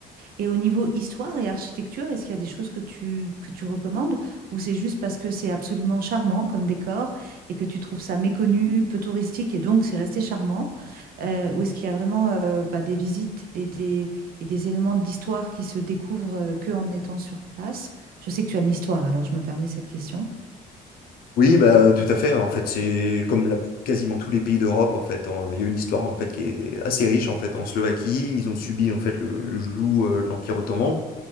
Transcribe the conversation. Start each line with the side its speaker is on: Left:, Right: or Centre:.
Right: Et au niveau histoire et architecture, est-ce qu'il y a des choses que tu, que tu recommandes ou c'est juste parce que c'est absolument charmant comme décor et que tu trouves ça méconnu, peu touristique et donc c'est resté charmant? Euh, ou est-ce qu'il y a vraiment euh, bah, des visites et des, et des éléments de l'histoire qui se découvrent euh, que en étant sur place? Je sais que tu aimes l'histoire, alors je me permets cette question.
Left: Oui, bah, tout à fait. En fait, c'est comme la- quasiment tous les pays d'Europe. En fait, hein. il y a une histoire en fait qui est assez riche. En fait, en Slovaquie, ils ont subi en fait le, le joug euh, de l'Empire ottoman